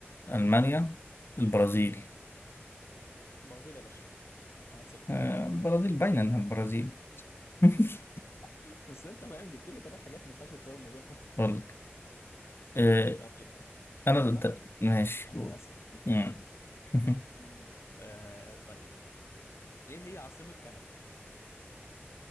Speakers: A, on the left; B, on the left.
A: المانيا
B: امم
A: البرازيل
B: امم برازيل يا باشا وعن ثقة
A: آه، البرازيل باينة انها البرازيل <laughs>
B: <laughs> بس انت فاهم جبت لي ثلاث حاجات ما ينفعش تقارن ما بينهم <laughs>
A: اقول لك آه،
B: طيب
A: انا
B: انا
A: ضد
B: بقى
A: ماشي
B: انا
A: قول.
B: اللي اسال
A: مم. <laughs>
B: <laughs> آه طيب ايه هي عاصمة كندا؟